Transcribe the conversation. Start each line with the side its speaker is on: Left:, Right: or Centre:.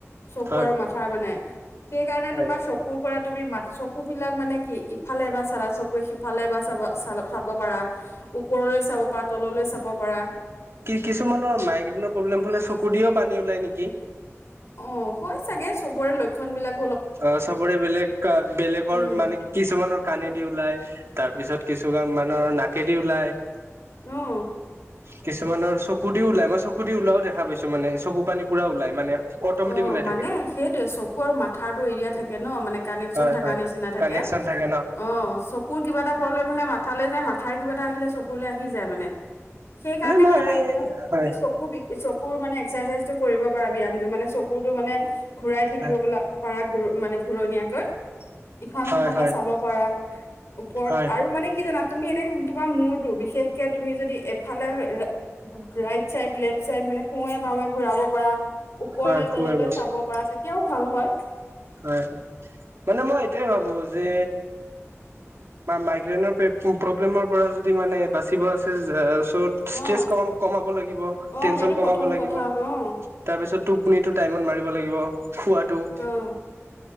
Left: চকু
Right: হয়
Left: আৰু মাথাৰ মানে সেইকাৰণে
Right: হয়
Left: তোমাৰ চকুৰ পৰা তুমি মা। চকু বিলাক মানে কি ইফালে বা চাবা চকু। কৈ সিফালে বা চাব চ চাব পাৰা ওপৰলৈ চাব পাৰা তললৈ চাব পাৰা।
Right: কিছুমানে মাইগ্ৰেইন প্ৰব্লেম হ'লে চকু দি পানী ওলাই নেকি?
Left: অ হয় চাগে চবৰে লক্ষণ বিলাক।
Right: অ চবৰে বেলেগ বেলেগৰ
Left: উম
Right: মানে কিছুমানৰ কণেদি ওলাই। তাৰ পিছত কিছুমান মানুহৰ নাকেদি ওলাই।
Left: উম।
Right: কিছুমানৰ চকু দি ওলাই। মই চকু দি ওলাও দেখা পাইছো। মান চকু পানী পুৰা ওলাই মানে। অটমেটিক
Left: অ
Right: ওলাই
Left: মানে
Right: থাকে
Left: সেইটয়ে চকু আৰু মাথাৰটো এৰিয়াত। থাকে ন মানে কানেকচন
Right: হয়
Left: থাকা
Right: হয়
Left: নিচিনা থাকে।
Right: কানেকচন থাকে ন
Left: অ চকুৰ কিবা এটা প্ৰব্লেম হলে মাথালে যায় মা থাৰ কিবা এটা আহিলে চকুলৈ আহি যায় মানে। সেইকাৰণে
Right: মই
Left: মানে মাইকে <unintelligible>
Right: হয়
Left: তুমি চকু চকুৰ মানে এক্সাৰচাইজটো কৰিব পাৰা ব্যয়ামটো মানে কুকুৰটো মানে ঘূৰাই থাকিবো
Right: হয়
Left: পাৰা মানে ঘূৰণীয়াকৈ। ইখন
Right: হয়
Left: সিফালে
Right: হয়
Left: চাব পাৰা। ওপৰত
Right: হয়
Left: আৰু মানে কি জানা তুমি এনে তোমাৰ মূৰতটো বিশেষকে তুমি যদি এফালে ৰাইট চাইড, লেফট চাইড মানে ফোৱে বাওঁৱে ঘূৰাব পাৰ, ওপৰলে-তললে
Right: হয় খুৱে বাৰু
Left: চাব পাৰা তেতিয়াও ভাল হয়।
Right: হয় হয়। মানে মই এটয়াই ভাবো যে মাইগ্ৰেনৰ প্ৰব্লেমৰ পৰা যদি মানে বাচিব আছে যে ত'
Left: অ',
Right: ষ্ট্ৰেছ কমাব লাগিব,
Left: অ',
Right: টেনচন
Left: সেইটো
Right: কমাব
Left: প্ৰথম
Right: লাগিব,
Left: কথা অ',
Right: তাৰপিছত টোপনিটো টাইমত মাৰিব লাগিব খোৱাটো।
Left: অ',